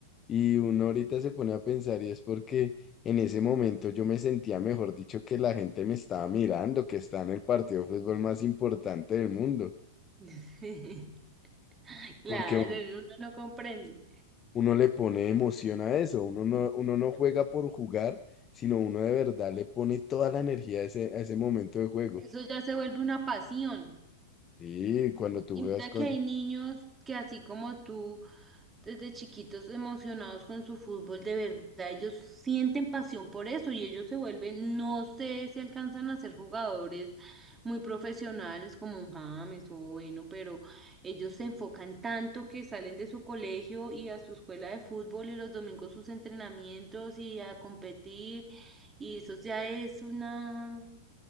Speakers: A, on the left; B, on the right.
A: Y uno ahorita se pone a pensar y es porque en ese momento yo me sentía, mejor dicho, que la gente me estaba mirando, que está en el partido de fútbol más importante del mundo,
B: <laughs> Sí, claro,
A: porque uno
B: uno no comprende.
A: uno le pone emoción a eso, uno no, uno no juega por jugar, sino uno de verdad le pone toda la energía a ese, a ese momento de juego.
B: Eso ya se vuelve una pasión.
A: Y cuando tú
B: Y
A: juegas
B: mira
A: con...
B: que hay niños que así como tú desde chiquitos emocionados con su fútbol, de verdad, ellos sienten pasión por eso y ellos se vuelven, no sé si alcanzan a ser jugadores muy profesionales como un James o bueno, pero ellos se enfocan tanto que salen de su colegio y a su escuela de fútbol y los domingos sus entrenamientos y a competir y eso ya es una